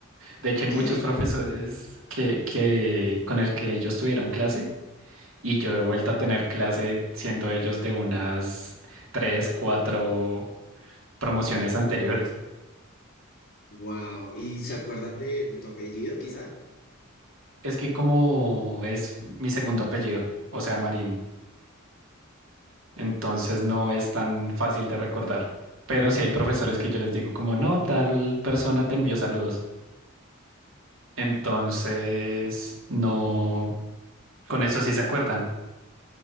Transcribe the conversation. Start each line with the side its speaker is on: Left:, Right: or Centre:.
Right: De hecho,
Left: Ok,
Right: hay muchos profesores que, que con el que ellos tuvieron clase y yo he vuelto a tener clase siendo ellos de unas tres, cuatro promociones anteriores.
Left: wow. ¿Y se acuerdan de, de tu apellido, quizá?
Right: Es que como es mi segundo apellido, o sea, Marín, entonces no es tan fácil de recordar. Pero sí hay profesores que yo les digo como, no, tal persona te envió saludos. Entonces, no, con eso sí se acuerdan.